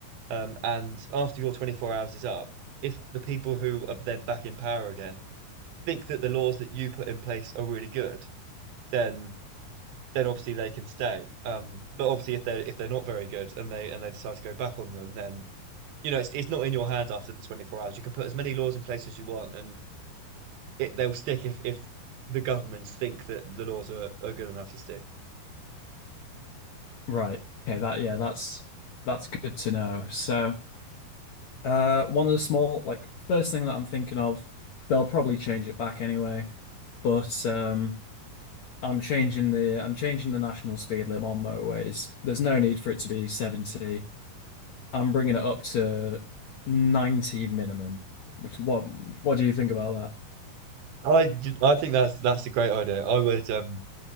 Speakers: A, on the right (about 70°); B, on the left (about 65°).
A: um, and after your 24 hours is up, if the people who are then back in power again think that the laws that you put in place are really good, then then obviously they can stay. Um, but obviously if they're if they're not very good and they and they decide to go back on them, then you know it's it's not in your hands after the 24 hours. You can put as many laws in place as you want, and it they'll stick if if the governments think that the laws are, are good enough to stick.
B: Right. Okay, that yeah, that's that's good to know. So, uh one of the small like first thing that I'm thinking of, they'll probably change it back anyway, but um I'm changing the I'm changing the national speed limit on motorways. There's no need for it to be 70. I'm bringing it up to 90 minimum. Which- What what do you think about
A: I, I think that's that's a great idea. I would um